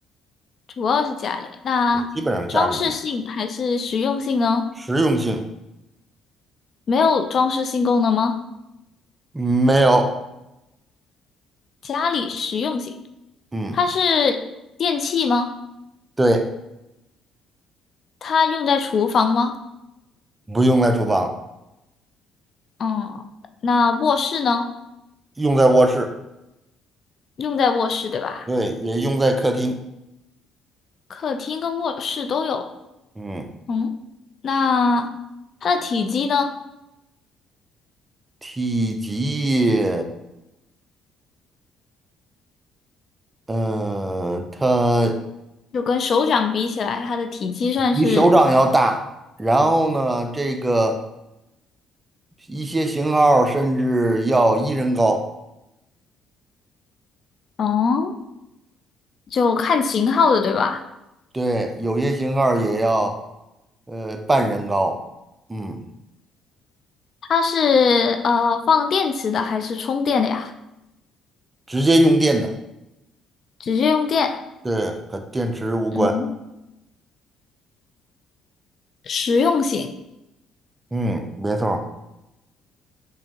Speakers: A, on the left; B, on the right.
A: 主要是家里。那装饰性还是实用性呢？
B: 基本上家里用，实用性
A: 没有装饰性功能吗？
B: 没有。
A: 家里实用性，
B: 嗯，
A: 它是电器吗？
B: 对，
A: 它用在厨房吗？
B: 不用在厨房，
A: 嗯，那卧室呢？
B: 用在卧室，
A: 用在卧室对吧？
B: 对，也用在客厅。
A: 客厅跟卧室都有。
B: 嗯，
A: 嗯，那它的体积呢？
B: 体积，嗯、它。
A: 就跟手掌比起来，它的体积算是，
B: 比手掌要大，然后呢，这个一些型号甚至要一人高，
A: 哦，就看型号的，对吧？
B: 对，有些型号也要呃半人高，嗯，
A: 它是呃放电池的还是充电的呀？
B: 直接用电的，
A: 直接用电。
B: 对，和电池无关，
A: 嗯，实用型，
B: 嗯，没错儿，